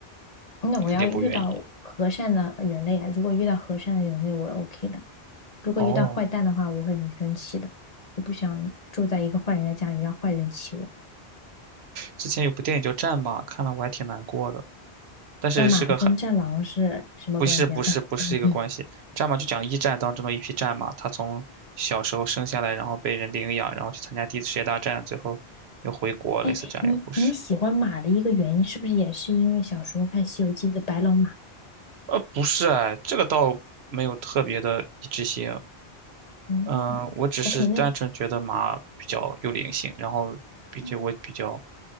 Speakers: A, on the left; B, on the right.
A: 候，那我要遇到和善的人类啊，
B: 你肯定不愿意。
A: 如果遇到和善的人类，我 OK 的。如果遇到坏蛋的话，
B: 哦，
A: 我会很生气的。我不想住在一个坏人的家里，让坏人欺我。
B: 之前有部电影叫《战马》，看了我还挺难过的，但是是个很
A: 战马跟战狼是什么关系啊？
B: 不是不是不是一个关系，
A: <laughs>
B: 《战马》就讲一战当中的一匹战马，它从小时候生下来，然后被人领养，然后去参加第一次世界大战，最后又回国，
A: 哎，
B: 类似这样一个故事。
A: 你你喜欢马的一个原因，是不是也是因为小时候看《西游记》的白龙马？
B: 呃，不是哎，这个倒没有特别的一致性，
A: 嗯，OK，
B: 嗯、我只是单纯觉得马比较有灵性，
A: 那
B: 然后并且我比较
A: 嗯